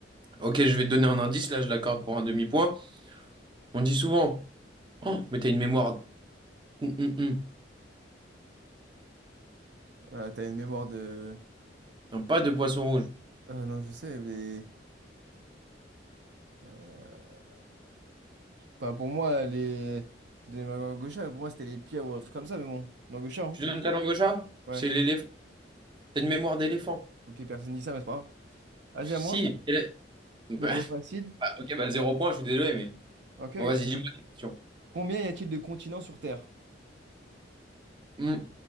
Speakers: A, on the right; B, on the right.
A: Ok, je vais te donner un indice, là, je l'accorde pour un demi-point. On dit souvent, Oh, mais t'as une mémoire... Hum, hum, hum.
B: Euh, t'as une mémoire de...
A: Non, pas de poisson rouge.
B: Euh, non, je sais, mais... euh, Bah, pour moi, les... Je donnais ma main à mais pour moi, c'était les pieds ou un truc comme ça, mais bon. Non, Gaucha, hein?
A: Tu donnes ta langue au chat?
B: Ouais.
A: C'est l'éléphant. T'as une mémoire d'éléphant. <laughs>
B: Ok, personne dit ça, mais c'est pas grave. Vas-y,
A: Si.
B: à moi.
A: elle est- Bah,
B: Niveau facile.
A: bah, ok, bah zéro point, je suis désolé, mais...
B: Ok, ok.
A: Bon, vas-y, dis-moi des questions.
B: Combien y a-t-il de continents sur Terre?
A: Hum.